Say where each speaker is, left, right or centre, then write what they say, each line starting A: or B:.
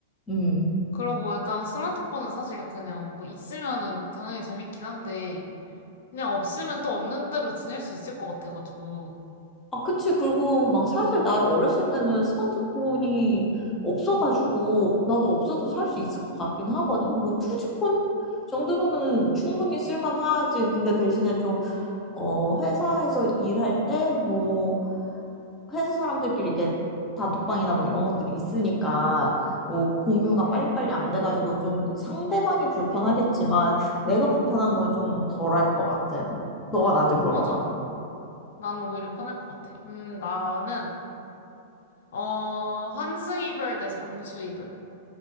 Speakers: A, on the left; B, on the left.
A: 음.
B: 그러고 일단 스마트폰은 사실 그냥 뭐 있으면은 당연히 재밌긴 한데, 그냥 없으면 또 없는 대로 지낼 수 있을 것 같아가지고.
A: 아, 그치. 그리고 막 사실 나 어렸을 때는 스마트폰이 없어가지고, 나도 없어도 살 수 있을 것 같긴 하거든. 뭐, 투지폰? 정도면은 충분히 쓸만하지. 근데 대신에 좀 어, 회사에서 일할 때, 뭐, 회사 사람들끼리 이렇게 단톡방이나 뭐 이런 것들이 있으니까, 뭐, 공유가
B: 응,
A: 빨리빨리 안 돼가지고 좀 상대방이 불편하겠지만, 내가 불편한 건 좀 덜할 것 같은. 너가 나한테 물어봐봐.
B: 맞아. 나는 오히려 편할 것 같아. 음, 나는, 어, 환승이별 대 잠수이별.